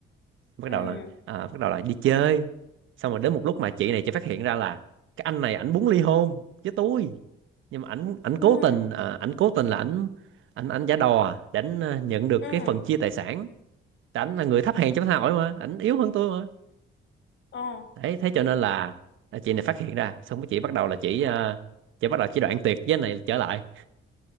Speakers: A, on the right; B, on the left.
A: bắt
B: ừ,
A: đầu là à, bắt đầu là đi chơi xong rồi đến một lúc mà chị này chị phát hiện ra là cái anh này ảnh muốn ly hôn với tôi nhưng mà ảnh ảnh
B: ừ,
A: cố tình à, ảnh cố tình là ảnh ảnh ảnh giả đò à, để ảnh à, nhận được
B: ừ,
A: cái phần chia tài sản tại ảnh là người thấp hèn trong xã hội mà ảnh yếu hơn tôi mà
B: ờ,
A: đấy thế cho nên là à, chị này phát hiện ra xong cái chị bắt đầu là chị à, chị bắt đầu chị đoạn tuyệt với anh này trở lại